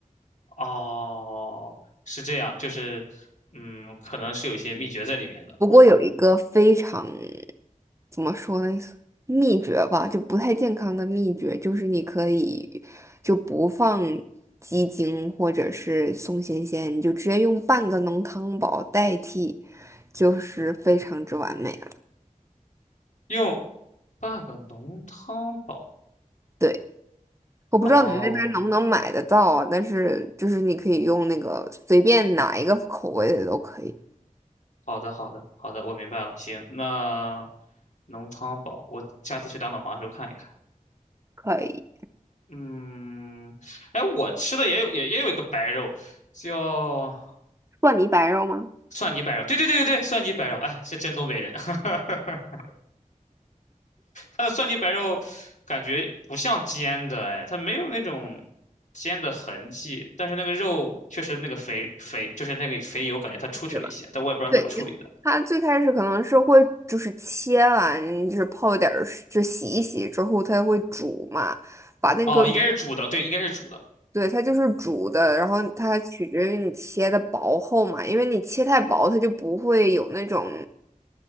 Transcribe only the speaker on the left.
哦，是这样，就是嗯，可能是有一些秘诀在里面的。
用半个浓汤宝。
哦，我
好的好的好的，我明白了。行，那浓汤宝，我下次去打脑黄的时候看一看。
嗯，哎，我吃的也有也也有一个白肉，叫。
蒜泥白肉，对对对对对，蒜泥白肉，哎，是真东北人。<laughs> 它的蒜泥白肉感觉不像煎的，哎，它没有那种煎的痕迹，但是那个肉确实那个肥肥，就是那个肥油，感觉它出去了一些，
但我也不知道怎么处理的。
哦，应该是煮的，对，应该是煮的